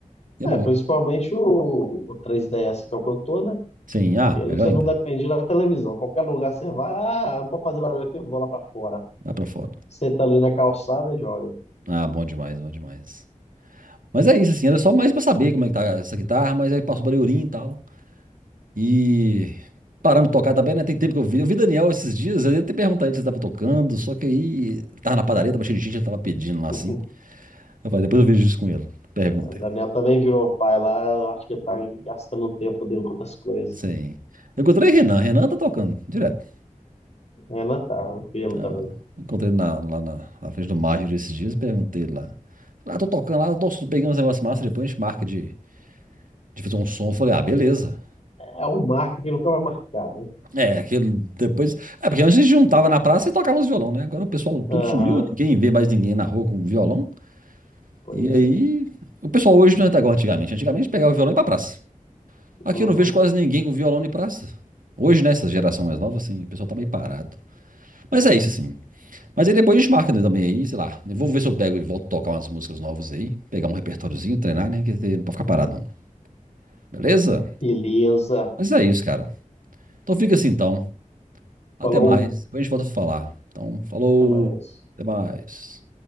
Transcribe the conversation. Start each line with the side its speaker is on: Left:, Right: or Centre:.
Right: E
Left: É,
Right: é bom.
Left: principalmente o, o 3DS, que é o que eu tô, né?
Right: Sim, ah,
Left: Ele,
Right: melhor
Left: você
Right: ainda.
Left: não depende da televisão. Qualquer lugar você vai, ah, não pode fazer barulho aqui, eu vou lá pra fora.
Right: Vai pra fora.
Left: Senta ali na calçada e joga.
Right: Ah, bom demais, bom demais. Mas é isso, assim, era só mais pra saber como é que tá essa guitarra, mas aí passou pra Leorim e tal. E paramos de tocar também, né? Tem tempo que eu vi. Eu vi Daniel esses dias, eu ia até perguntar ele se ele tava tocando, só que aí tava na padaria, tava cheio de gente, ele tava pedindo lá
Left: <laughs>
Right: assim. Eu falei, depois eu vejo isso com ele. Pergunta
Left: O Daniel
Right: ele.
Left: também virou pai lá, eu acho que ele tá gastando o tempo dele com outras coisas.
Right: Sim. Eu encontrei Renan, Renan tá tocando direto.
Left: Renan tá, o pelo também.
Right: Eu encontrei ele na- lá na, na frente do Major esses dias e perguntei ele lá. Falei, ah, tô tocando lá, nossa, tô pegando uns negócios massa, depois a gente marca de, de fazer um som. Eu falei, ah, beleza.
Left: É é o marca que nunca vai marcar, né?
Right: É, aquele depois. É, porque antes a gente juntava na praça e tocávamos violão, né? Agora o pessoal tudo
Left: Aham,
Right: sumiu, ninguém vê mais ninguém na rua com violão.
Left: pois
Right: E aí.
Left: é.
Right: O pessoal hoje não é igual antigamente. Antigamente pegava o violão e ia pra praça. Aqui
Left: Uhum.
Right: eu não vejo quase ninguém com violão em praça. Hoje, nessa geração mais nova, assim, o pessoal tá meio parado. Mas é isso, assim. Mas aí depois a gente marca né, também aí, sei lá. Eu vou ver se eu pego e volto a tocar umas músicas novas aí. Pegar um repertóriozinho, treinar, né? Que não pode ficar parado, não. Beleza?
Left: Beleza.
Right: Mas é isso, cara. Então fica assim, então. Até
Left: Falou,
Right: mais. Depois a gente volta a falar. Então, falou.
Left: até mais.
Right: Até mais.